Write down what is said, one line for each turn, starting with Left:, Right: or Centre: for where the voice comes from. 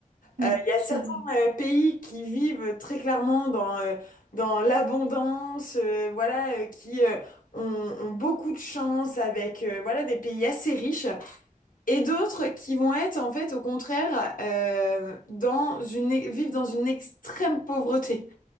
Right: Mm,
Left: Euh, Il y a
Right: tout
Left: certains
Right: à fait.
Left: euh, pays qui vivent très clairement dans, euh, dans l'abondance, euh, voilà, euh, qui euh, ont, ont beaucoup de chance avec euh, voilà, des pays assez riches, et d'autres qui vont être en fait au contraire euh, dans une, e, vivent dans une extrême pauvreté.